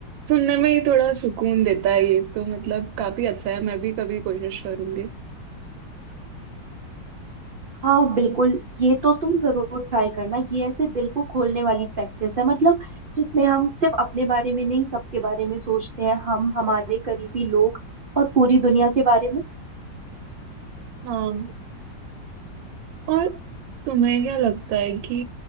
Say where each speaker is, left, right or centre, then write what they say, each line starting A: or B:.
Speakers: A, on the right (about 85°); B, on the right (about 50°).
A: सुनने में ही थोड़ा सुकून देता है ये तो मतलब काफी अच्छा है मैं भी कभी कोशिश करूंगी
B: हाँ बिल्कुल ये तो तुम जरूर ट्राई करना ये ऐसे दिल को खोलने वाली प्रैक्टिस है मतलब जिसमें हम सिर्फ अपने बारे में नहीं सबके बारे में सोचते हैं हम हमारे करीबी लोग और पूरी दुनिया के बारे में
A: हाँ और तुम्हें क्या लगता है कि